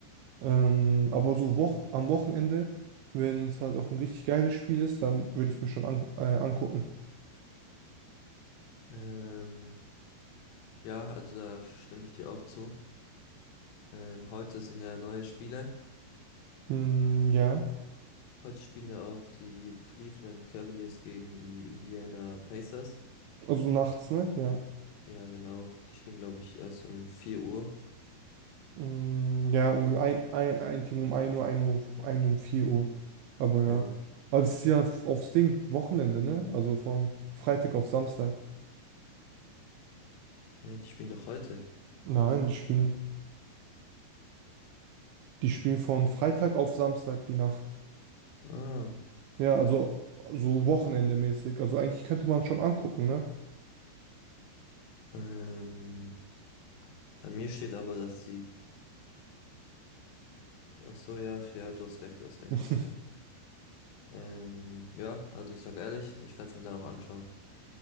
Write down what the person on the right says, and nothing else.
Ähm, aber so wo am Wochenende, wenn es halt auch ein richtig geiles Spiel ist, dann würde ich es mir schon an äh, angucken.
Mm, ja,
also nachts, ne? Ja.
Mm, ja, ungefähr ein, ein, ein Team um ein Uhr, ein Uhr, ein um 4 Uhr. Aber ja.
Also es ist ja f- aufs Ding, Wochenende, ne? Also von Freitag auf Samstag.
Nein, die spielen, die spielen von Freitag auf Samstag die Nacht.
Ja, also so wochenendemäßig. Also eigentlich könnte man schon angucken, ne?
<laughs>